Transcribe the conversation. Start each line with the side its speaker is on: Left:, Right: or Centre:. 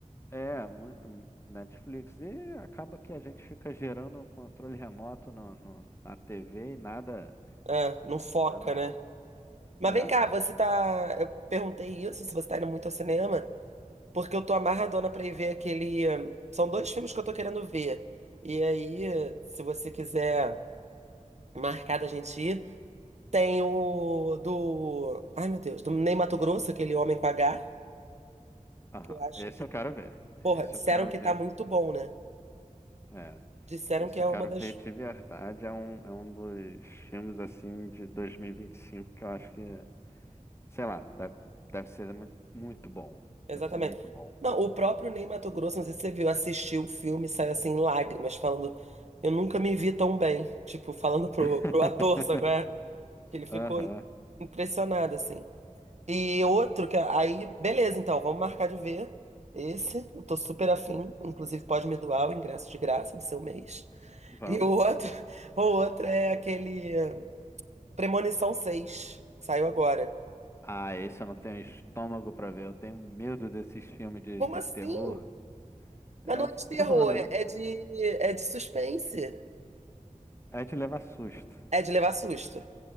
Left: É, mu- hum, Netflix. E acaba que a gente fica gerando um controle remoto no, no- na TV e nada,
Right: É, não foca,
Left: nada.
Right: né? Mas
Left: É,
Right: vem cá, você tá. Eu perguntei isso, se você tá indo muito ao cinema, porque eu tô amarradona pra ir ver aquele. hum, São dois filmes que eu tô querendo ver. E aí, se você quiser. Marcada a gente ir. Tem o do. Ai, meu Deus, do Ney Matogrosso, aquele homem com H,
Left: aham.
Right: que eu acho
Left: Esse
Right: que.
Left: eu quero ver.
Right: Porra,
Left: Esse
Right: disseram
Left: eu quero
Right: que
Left: ver.
Right: tá muito bom, né?
Left: É.
Right: Disseram
Left: Esse
Right: que é
Left: eu quero
Right: uma das.
Left: ver de verdade. É um, é um dos filmes assim de 2025 que eu acho que é Sei lá, deve, deve ser muito, muito bom.
Right: Exatamente.
Left: Deve ser muito bom.
Right: Não, o próprio Ney Matogrosso, não sei se você viu, assistiu o filme e saiu assim, em lágrimas, falando. Eu nunca me vi tão bem. Tipo, falando pro,
Left: <laughs>
Right: pro ator, sabe? qual é? Que ele ficou
Left: Aham.
Right: impressionado, assim. E
Left: é.
Right: outro que. Aí, beleza, então, vamos marcar de ver. Esse, eu tô super afim. Inclusive, pode me doar o ingresso de graça do seu mês.
Left: Vamos.
Right: E o outro, <laughs> o outro é aquele eh, Premonição seis que saiu agora.
Left: Ah, esse eu não tenho estômago pra ver. Eu tenho medo desses filmes de,
Right: Como
Left: de
Right: assim?
Left: terror. É
Right: Mas não é
Left: de
Right: de
Left: terror,
Right: terror,
Left: né?
Right: é
Left: não?
Right: é de, é de suspense.
Left: É de levar susto.
Right: É de levar susto.